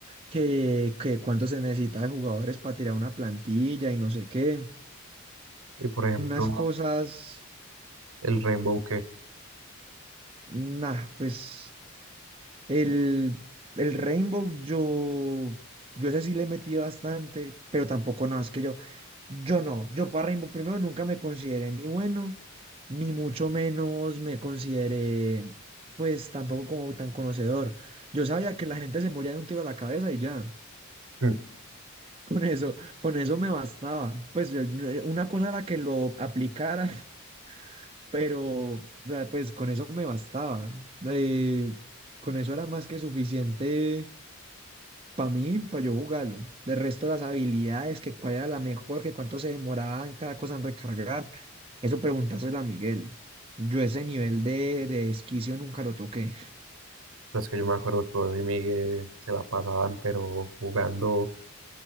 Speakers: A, on the right; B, on the right.
A: que, que cuánto se necesita de jugadores para tirar una plantilla y no sé qué,
B: Y por ejemplo,
A: unas cosas,
B: el Rainbow que,
A: nah, pues El, el Rainbow, yo, yo ese sí le metí bastante, pero tampoco no, es que yo, yo no, yo para Rainbow primero nunca me consideré ni bueno, ni mucho menos me consideré, pues tampoco como tan conocedor. Yo sabía que la gente se moría de un tiro a la cabeza y ya,
B: <laughs>
A: <laughs> con eso, con eso me bastaba. Pues yo- no- una cosa era que lo aplicara, <laughs> pero o sea, pues con eso me bastaba. Eh, con eso era más que suficiente Para mí, para yo jugarlo. De resto, las habilidades, que cuál era la mejor, que cuánto se demoraba en cada cosa en recargar. Eso preguntárselo a Miguel. Yo ese nivel de, de esquicio nunca lo toqué.
B: los que yo me acuerdo que vos y Miguel se la pasaban, pero jugando,